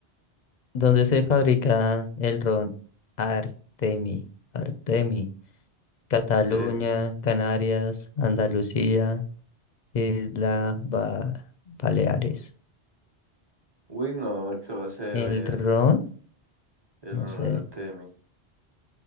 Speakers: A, on the left (about 50°); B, on the right (about 25°).
A: ¿Dónde se fabrica el ron Artemi? Artemi. Cataluña,
B: Eh,
A: Canarias, Andalucía, Isla Ba- Baleares.
B: uy, no, ¿qué va a ser
A: ¿El ron?
B: el
A: No
B: Ron
A: sé.
B: Artemi?